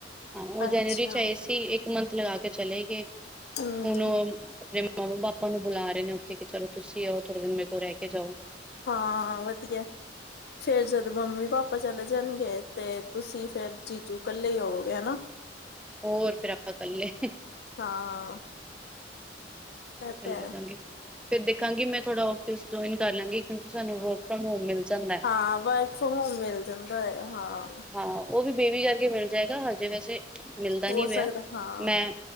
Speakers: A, in the centre; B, on the left.
A: ਹਾਂ ਉਹ ਜਨਵਰੀ
B: ਅੱਛਾ
A: ਚ ਆਏ ਸੀ ਇੱਕ ਮਥ ਲਗਾ ਕੇ ਚਲੇ ਗਏ
B: ਹਮ
A: ਹੁਣ ਉਹ ਆਪਣੇ ਮਾਮਾ ਪਾਪਾ ਨੂੰ ਬੁਲਾ ਰਹੇ ਨੇ ਉੱਥੇ ਚਲੋ ਤੁਸੀਂ ਆਓ ਥੋੜੇ ਦਿਨ ਮੇਰੇਲ ਰਹਿ ਕੇ ਜਾਓ
B: ਹਾਂ ਵਧੀਆ ਫੇਰ ਜਦੋਂ ਮੰਮੀ ਪਾਪਾ ਆਪਾਂ ਚੱਲ ਜਾਣਗੇ ਤੇ ਤੁਸੀਂ ਫੇਰ ਜੀਜੂ ਕੱਲੇ ਆਓਗੇ ਹਨਾ
A: ਹੋਰ ਫਿਰ ਆਪਾਂ ਕਰੱਲੇ
B: ਹਾਂ ਇਹ
A: ਇਕੱਲੇ
B: ਤੇ ਹੈ
A: ਹੌ ਜਾਂਵਾਗੇ ਫੇਰ ਦੇਾਂ ਮੈਂ ਥੋੜਾ ਔਫਿਸ ਜੁਆਇਨ ਕਰ ਲਾਂਗੀ ਕਿਉਂਕਿ ਸਾਨੂੰ ਵਰਕ ਫਰੋਮ ਹੋਮ ਮਿਲ ਜਾਂਦਾ ਹੈ
B: ਹਾਂ ਵਰਕ ਫਰੋਮ ਹੋਮ ਮਿਲ ਜਾਂਦਾ ਹੈ ਹਾਂ
A: ਹਾਂ ਉਹ ਵੀ ਬੇਬੀ ਕਰਕੇ ਮਿਲ ਜਾਏਗਾ ਹਜੇ ਵੈਸੇ ਮਿਲਦਾ
B: ਹੋ
A: ਨਹੀਂੀ
B: ਸਕਦਾ
A: ਪਿਆ
B: ਹਾਂ
A: ਮੈਂ